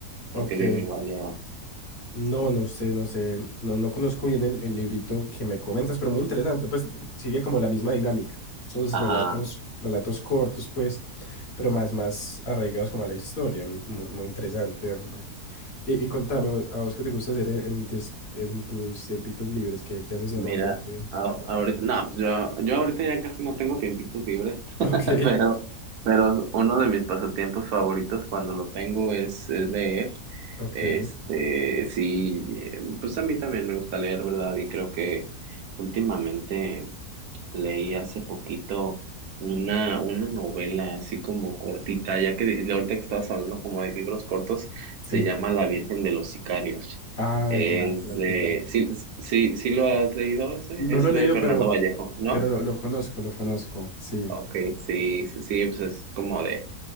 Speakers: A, on the right; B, on the left.
A: porque
B: Ok.
A: digo, igual ya
B: No, no sé, no sé. No, no conozco bien el, el librito que me comentas, pero muy interesante. Pues sigue como la misma dinámica. Esos
A: ajá.
B: relatos, relatos cortos, pues, pero más, más arraigados como a la historia. Mu- Muy, interesante, hombre. Y, y contame, ¿vo- ¿a vos qué te gusta hacer en, en ties- en tus tiempitos libres? ¿Qué, qué haces normalmente?
A: Mira, a-
B: Lorenzo?
A: ahorita, no, pues yo, yo ahorita ya casi no tengo tiempitos libres, <laughs>
B: Ok.
A: pero, pero
B: <laughs>
A: uno de mis pasatiempos favoritos cuando lo tengo es, es leer.
B: Ok.
A: Este, sí, eh, pues a mí también me gusta leer, ¿verdad? Y creo que últimamente Leí hace poquito una, una novela así como cortita, ya que de- ahorita que estabas hablando como de libros cortos, se
B: Sí.
A: llama La Virgen de los Sicarios.
B: Ah,
A: Es
B: ya, la pillamos.
A: de, sí, sí, sí lo has leído ese,
B: No
A: es
B: lo he
A: de
B: leído,
A: Fernando
B: pero,
A: Vallejo, ¿no?
B: pero lo, lo conozco, lo conozco. Sí,
A: Ok, sí, sí, sí, pues es como de